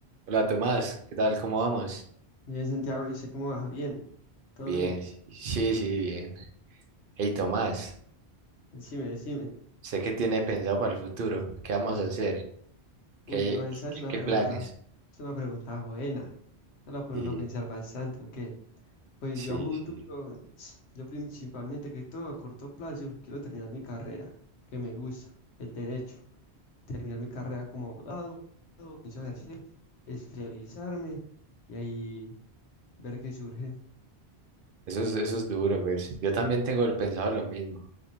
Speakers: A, on the right; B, on the left.
A: Hola Tomás, ¿qué tal? ¿Cómo vamos?
B: Bien, Santiago, dice cómo va. Bien, todo
A: Bien,
B: bien.
A: sí, sí, bien. Hey Tomás,
B: Decime, decime.
A: sé que tiene pensado para el futuro. ¿Qué vamos a hacer? ¿Qué,
B: Uy, no, esa es
A: qué,
B: una
A: qué
B: pregunta,
A: planes?
B: es una pregunta buena. No la pone
A: Sí,
B: uno a pensar bastante, ¿o qué? Pues
A: sí,
B: yo a futuro,
A: sí.
B: yo principalmente que todo a corto plazo, quiero terminar mi carrera, que me gusta, el derecho. Terminar mi carrera como abogado, comienzo a ejercer, especializarme y ahí ver qué surge.
A: Eso es, eso es duro, pues. Yo también tengo el pensado lo mismo.